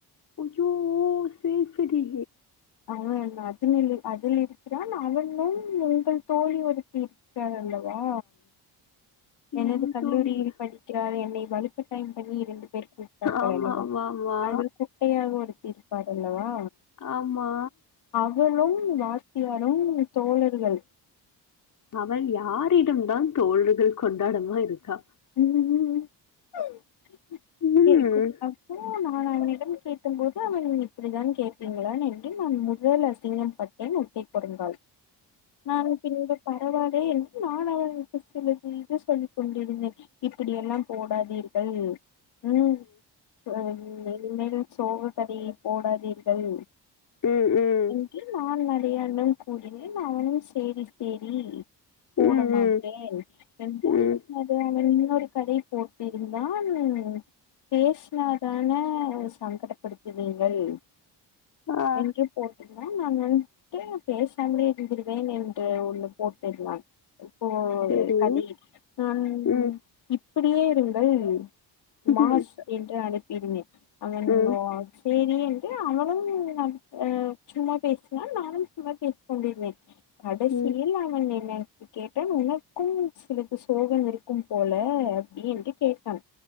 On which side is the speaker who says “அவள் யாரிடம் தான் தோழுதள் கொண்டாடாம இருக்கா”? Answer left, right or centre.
Left